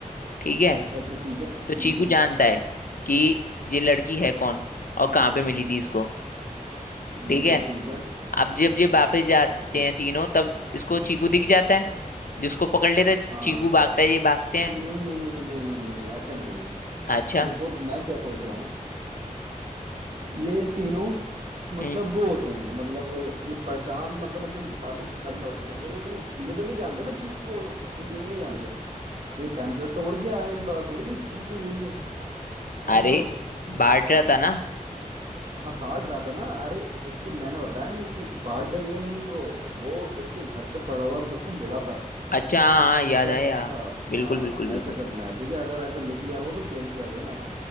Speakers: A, on the left; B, on the right.
A: ठीक है
B: अच्छा अच्छा ठीक है
A: तो
B: हम्म
A: चीकू जानता है कि ये लड़की है कौन और कहाँ पे मिली थी इसको
B: ठीक
A: ठीक है
B: है ठीक है
A: अब जब ये वापस जाते हैं तीनों तब इसको चीकू दिख जाता है जिसको पकड़ लेता है
B: हाँ
A: चीकू भागता है ये भागते हैं
B: नहीं नहीं नहीं नहीं नहीं नहीं नहीं ऐसे नहीं
A: अच्छा
B: देखो मैं क्या सोच रहा हूँ ये तीनों मतलब
A: हम्म
B: वो होते हैं मतलब ये परेशान मतलब अपने वापस घर लौटते होंगे क्योंकि ये तो नहीं जानते ना चीकू कौन है ये तीनों नहीं जानते ये पैम्पलेट तोड़ के आए पता थोड़ी कि चीकू यही है है
A: अरे
B: ना भाई
A: बांट रहा था ना
B: हाँ बांट रहा था ना अरे इसके मैंने बताया नहीं कि बांटेगा नहीं वो वो उसके घर पे पड़ा हुआ उसको मिला था
A: अच्छा हाँ याद
B: ऐसा
A: आया
B: ऐसा
A: बिल्कुल
B: हाँ
A: बिल्कुल बिल्कुल
B: ऐसा करना है ठीक है अगर ऐसा लिख लिया हो तो चेंज कर देना